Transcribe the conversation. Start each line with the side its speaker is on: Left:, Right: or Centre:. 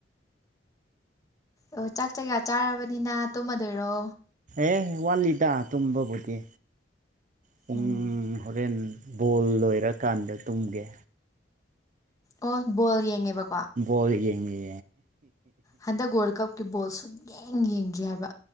Left: ꯑꯣ ꯆꯥꯛ ꯆꯌꯥ ꯆꯥꯔꯕꯅꯤꯅ ꯇꯨꯝꯃꯗꯣꯏꯔꯣ
Right: ꯑꯦ ꯋꯥꯠꯂꯤꯗ ꯇꯨꯝꯕꯕꯨꯗꯤ ꯄꯨꯡ
Left: ꯎꯝ
Right: ꯍꯣꯔꯦꯟ ꯕꯣꯜ ꯂꯣꯏꯔꯀꯥꯟꯗ ꯇꯨꯝꯒꯦ
Left: ꯑꯣ ꯣꯜ ꯌꯦꯡꯒꯦ ꯕꯕꯥ
Right: ꯣꯜ ꯌꯦꯡꯒꯦ
Left: ꯍꯟꯗꯛ ꯋꯥꯔꯜ ꯀꯞꯀꯤ ꯕꯣꯜ ꯁꯨꯛ ꯌꯦꯡ ꯌꯦꯡꯗ꯭ꯔꯤ ꯍꯥꯏꯕ